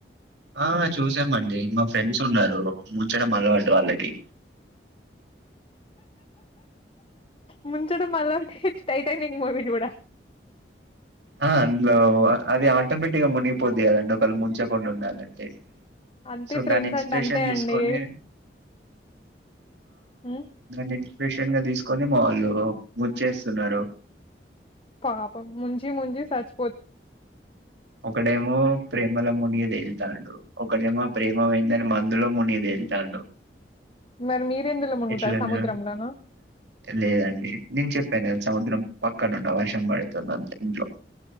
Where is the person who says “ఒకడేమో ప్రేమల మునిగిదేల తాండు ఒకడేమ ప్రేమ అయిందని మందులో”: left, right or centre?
Right